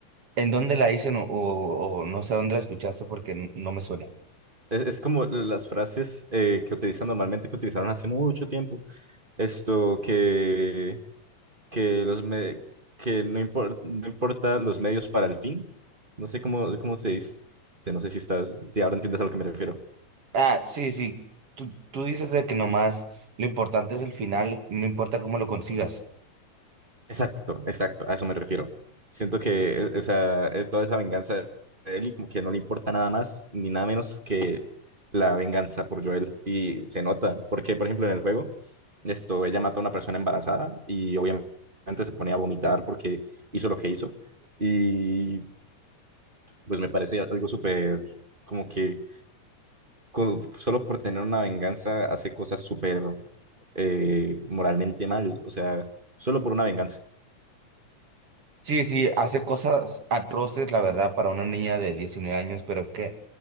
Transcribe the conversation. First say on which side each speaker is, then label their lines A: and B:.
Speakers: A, on the right; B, on the right.
A: ¿en dónde la dicen o, o, o no sé dónde la escuchaste porque n- no me suena?
B: Es, es como las frases eh, que utilizan normalmente, que utilizaron hace mucho tiempo. Esto, que, que, los me- que no, impor- no importa los medios para el fin. No sé cómo, cómo se dice, no sé si estás, si ahora entiendes a lo que me refiero.
A: Ah, sí, sí, tú, tú dices de que nomás lo importante es el final, no importa cómo lo consigas.
B: Exacto, exacto, a eso me refiero. Siento que eh, o sea, eh, toda esa venganza de él y como que no le importa nada más ni nada menos que la venganza por Joel y se nota, porque por ejemplo en el juego esto ella mata a una persona embarazada y obviamente se pone a vomitar porque hizo lo que hizo y pues me parece algo súper como que co- solo por tener una venganza hace cosas súper eh, moralmente mal, o sea, solo por una venganza.
A: Sí, sí, hace cosas atroces, la verdad, para una niña de 19 años, pero es que